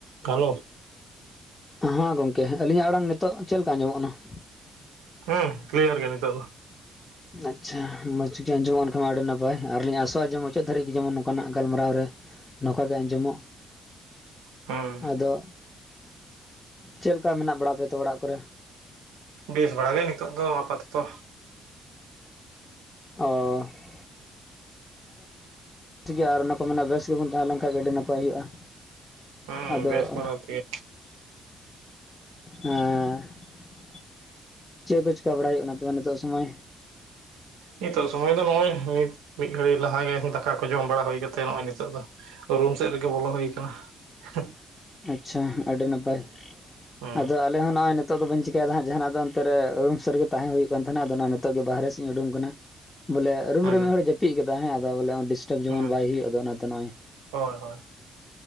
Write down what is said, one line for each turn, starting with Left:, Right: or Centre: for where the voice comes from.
Right: ᱠᱟᱞᱳ ᱾
Left: ᱦᱮᱸ, ᱜᱚᱝᱠᱮ, ᱟᱞᱤᱧᱟᱜ ᱟᱲᱟᱝ ᱱᱤᱛᱚᱜ, ᱪᱮᱫ ᱞᱮᱠᱟ ᱟᱸᱡᱚᱢᱚᱜ ᱠᱟᱱᱟ ᱾
Right: ᱦᱩᱸᱻ, ᱠᱤᱞᱭᱟᱨ ᱜᱮ, ᱱᱤᱛᱚᱜ ᱫᱚ ᱾
Left: ᱟᱪᱪᱷᱟ! ᱢᱚᱡᱽ ᱜᱮ ᱟᱸᱡᱚᱢᱚᱜ ᱮᱰᱮᱠᱷᱟᱱ, ᱢᱟ ᱟᱹᱰᱤ ᱱᱟᱯᱟᱭ, ᱟᱨᱞᱤᱧ ᱟᱥᱚᱜ-ᱟ, ᱡᱮ ᱢᱩᱪᱟᱹᱫ ᱫᱷᱟᱹᱨᱤᱡ ᱜᱮ, ᱡᱮᱢᱚᱱ ᱱᱚᱝᱠᱟᱱᱟᱜ, ᱜᱟᱞᱢᱟᱨᱟᱣ ᱨᱮ ᱱᱚᱝᱠᱟ ᱜᱮ ᱟᱸᱡᱚᱢᱚᱜ ᱾
Right: ᱦᱩᱸ
Left: ᱟᱫᱚ, ᱪᱮᱫ ᱞᱮᱠᱟ ᱢᱮᱱᱟᱜ, ᱵᱟᱲᱟ ᱯᱮᱭᱟ ᱛᱚ, ᱚᱲᱟᱜ ᱠᱚᱨᱮ?
Right: ᱵᱮᱥ ᱵᱟᱲᱟ ᱜᱮ, ᱱᱤᱛᱚᱜ ᱫᱚ, ᱟᱯᱟ ᱛᱚᱛᱚ ᱾
Left: ᱚᱻ ᱾ ᱴᱷᱤᱠ ᱜᱮᱭᱟ, ᱟᱨᱦᱚ ᱚᱱᱟ ᱠᱚ ᱢᱮᱱᱟ, ᱵᱮᱥ ᱜᱮᱵᱚᱱ ᱛᱟᱦᱮᱸᱞᱮᱱᱠᱷᱟᱱ ᱜᱮ, ᱟᱹᱰᱤ ᱱᱟᱯᱟᱭ ᱦᱩᱭᱩᱜ-ᱟ,
Right: ᱦᱩᱸ
Left: ᱟᱫᱚ
Right: ᱵᱮᱥ
Left: <unintelligible>
Right: ᱵᱟᱲᱟ ᱛᱮᱜᱮ
Left: ᱦᱮᱸᱻ ᱾ ᱪᱮᱫ ᱠᱚ? ᱪᱮᱠᱟ ᱵᱟᱲᱟ ᱦᱩᱭᱩᱜ ᱠᱟᱱᱟ, ᱛᱚᱵᱮ, ᱱᱤᱛᱚᱜ ᱥᱚᱢᱚᱭ
Right: ᱱᱤᱛᱚᱜ ᱥᱚᱢᱚᱭ ᱫᱚ, ᱱᱚᱜ-ᱚᱭ, ᱱᱤᱛ, ᱢᱤᱫ ᱜᱷᱟᱹᱲᱤᱡ ᱞᱟᱦᱟ ᱜᱮ, ᱫᱟᱠᱟ ᱠᱚ, ᱡᱚᱢ ᱵᱟᱲᱟ ᱦᱩᱭ ᱠᱟᱛᱮᱫ, ᱱᱚᱜ-ᱚᱭ ᱱᱤᱛᱚᱜ ᱫᱚ ᱨᱩᱢ ᱥᱮᱫ ᱨᱮᱜᱮ, ᱵᱚᱞᱚ ᱦᱩᱭ ᱟᱠᱟᱱᱟ ᱾ ᱦᱩᱸᱜ
Left: ᱟᱪᱪᱷᱟ, ᱟᱹᱰᱤ ᱱᱟᱯᱟᱭ ᱾
Right: ᱦᱩᱸ
Left: ᱟᱫᱚ, ᱟᱞᱮ ᱦᱚᱸ ᱱᱚᱜᱼᱚᱭ, ᱱᱤᱛᱚᱜ ᱫᱚ ᱵᱟᱹᱧ ᱪᱤᱠᱟᱹᱭᱮᱫᱟ ᱦᱟᱸᱜ, ᱡᱟᱦᱟᱱᱟᱜ ᱫᱚ, ᱚᱱᱛᱮ ᱨᱩᱢ ᱥᱮᱜ, ᱨᱮ ᱜᱮ ᱛᱟᱦᱮᱸ ᱦᱩᱭᱩᱜ ᱠᱟᱱ, ᱛᱟᱦᱮᱱᱟ, ᱟᱫᱚ ᱱᱤᱛᱚᱜ ᱜᱮ, ᱵᱟᱦᱨᱮ ᱥᱮᱫᱤᱧ ᱩᱰᱩᱝ ᱟᱠᱟᱱᱟ ᱾ ᱵᱚᱞᱮ, ᱨᱩᱢ
Right: ᱦᱩᱸ
Left: ᱨᱮ ᱢᱤᱫ ᱦᱚᱲ ᱮ, ᱡᱟᱹᱯᱤᱫ ᱟᱠᱟᱫᱟᱭ ᱦᱮᱸ, ᱟᱫᱚ ᱵᱚᱞᱮ, ᱰᱤᱥᱴᱟᱵᱽ ᱡᱮᱢᱚᱱ
Right: ᱦᱩᱸ
Left: ᱵᱟᱭ ᱦᱩᱭᱩᱜᱼᱟ, ᱚᱱᱟᱛᱮ ᱱᱚᱜᱼᱚᱭ
Right: ᱦᱳᱭ ᱦᱳᱭ,